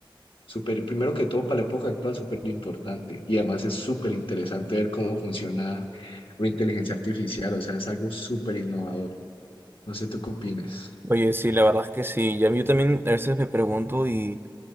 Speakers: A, on the left (about 80°); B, on the right (about 25°).
A: súper, primero que todo para la época actual, súper importante. Y además es súper interesante ver cómo funciona la inteligencia artificial, o sea, es algo súper innovador. No sé tú qué opines.
B: Oye, sí, la verdad es que sí. Ya yo también a veces me pregunto y